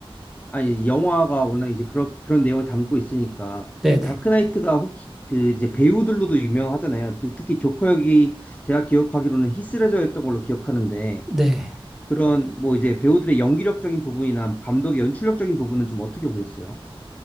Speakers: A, on the left; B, in the centre.
A: 아니, 영화가 워낙 이제 그런, 그런 내용을 담고 있으니까,
B: 네네.
A: 또
B: 네.
A: 다크나이트가 혹시 그 이제 배우들로도 유명하잖아요. 특- 특히 조커 역이 제가 기억하기로는 히스레저였던 걸로 기억하는데,
B: 네.
A: 그런 뭐 이제 배우들의 연기력적인 부분이나 감독의 연출력적인 부분은 좀 어떻게 보셨어요?